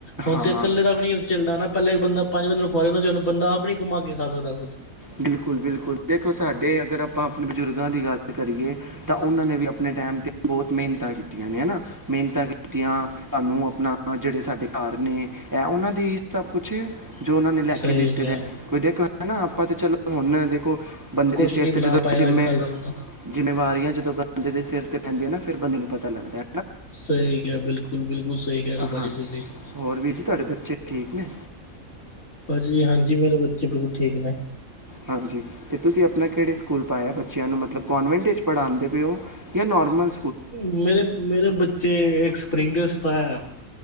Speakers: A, on the left; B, on the right.
A: ਹੁਣ
B: ਹਾਂ
A: ਤੇ ਇਕੱਲੇ ਦਾ ਵੀ ਨੀ, ਚੱਲਦਾ ਨਾ, ਪਹਿਲਾਂ ਇੱਕ ਬੰਦਾ ਪੰਜ ਬੰਦੇ ਨੂੰ ਖੁਆ ਲੈੰਦਾ ਸੀ। ਹੁਣ ਬੰਦਾ ਆਪ ਨੀ ਕਮਾ ਕੇ ਖਾ ਸਕਦਾ ਖੁਦ।
B: ਬਿਲਕੁਲ, ਬਿਲਕੁਲ। ਦੇਖੋ, ਸਾਡੇ ਅਗਰ ਆਪਾਂ ਬਜ਼ੁਰਗਾਂ ਦੀ ਗੱਲ ਲ ਕਰੀਏ, ਤਾਂ ਉਹਨਾਂ ਨੇ ਵੀ ਅਪਨੇ ਟੈਮ ਤੇ ਬਹੁਤ ਮਿਹਨਤਾਂ ਕੀਤੀਆਂ ਨੇ, ਹੈਨਾ ਮਿਹਨਤਾਂ ਕੀਤੀਆਂ, ਸਾਨੂੰ ਅਪਨਾ, ਜਿਹੜੇ ਸਾਡੇ ਘਰ ਨੇ ਏ ਉਹਨਾਂ ਦੀ ਹੀ ਸਭ ਕੁਛ। ਜੋ ਉਹਨਾਂ ਨੇ ਲੈਕੇ
A: ਸਹੀ
B: ਦਿੱਤੇ
A: ਕਿਹਾ।
B: ਦੇ ਨ, ਕੋਈ ਦੇਖੋ ਨਾ, ਆਪਾਂ ਤੇ ਚਲੋ ਹੁਣ ਦੇਖੋ, ਬੰਦੇ
A: ਕੁਛ
B: ਦੇ ਸਿਰ
A: ਨਹੀਂ
B: ਤੇ,
A: ਬਣਾ
B: ਜਦੋਂ
A: ਪਾਏਗਾ
B: ਜਿੰਮੇ-ਜਿੰਮੇ
A: ਅੱਜ ਕੱਲ੍ਹ ਦਾ ਬੰਦਾ।
B: ਵਪਾਰੀਆਂ, ਜਦੋਂ ਬੰਦੇ ਦੇ ਸੇਰ ਤੇ ਪੈਂਦੀਆਂ ਨਾ, ਫੇਰ ਬੰਦੇ ਨੂੰ ਪਤਾ ਲੱਗਦੈ।
A: ਸਹੀ ਕਿਹਾ, ਬਿਲਕੁਲ, ਬਿਲਕੁਲ ਸਹੀ ਕਿਹ ਰਹੇ ਹੋ, ਭਾਜੀ
B: ਹਾਂ
A: ਤੁਸੀ।
B: ਹੋਰ ਵੀਰ ਜੀ, ਤੁਹਾਡੇ ਬੱਚੇ ਠੀਕ ਨੇ?
A: ਭਾਜੀ, ਹਾਂਜੀ, ਮੇਰੇ ਬੱਚੇ ਬਿਲਕੁਲ ਠੀਕ ਨੇ।
B: ਹਾਂਜੀ। ਤੇ ਤੁਸੀ ਅਪਨਾ ਕਿਹੜੇ ਸਕੂਲ ਪਾਇਆ ਬੱਚਿਆਂ ਨੂੰ? ਮਤਲਬ ਕੋਨਵੈਂਟ ਵਿੱਚ ਪੜ੍ਹਾਉੰਦੇ ਪਏ ਹੋ ਯਾ, ਨੋਰਮਲ?
A: ਮੇਰੇ, ਮੇਰੇ ਬੱਚੇ ਇੱਕ ਸਪਰਿੰਗ ਡੇਲਸ ਪਾਇਆ